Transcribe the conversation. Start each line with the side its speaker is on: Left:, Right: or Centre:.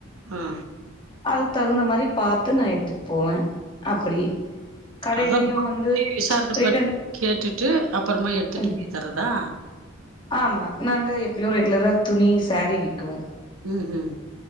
Right: ஹா
Left: அதுக் தகுந்த மாரி பாத்து நா எடுத்துட் போவே அப்பிடி கடையிலயு
Right: அத
Left: வந்து
Right: விசாரணை
Left: ரிட்டன்
Right: பண்ணி கேட்டுட்டு அப்புறமா எடுத்துட்டு
Left: ம்
Right: போய் தரதா
Left: ஆமா நாங்க எப்யு ரெகுலரா துணி சேரி விக்குவோ
Right: ம் ம்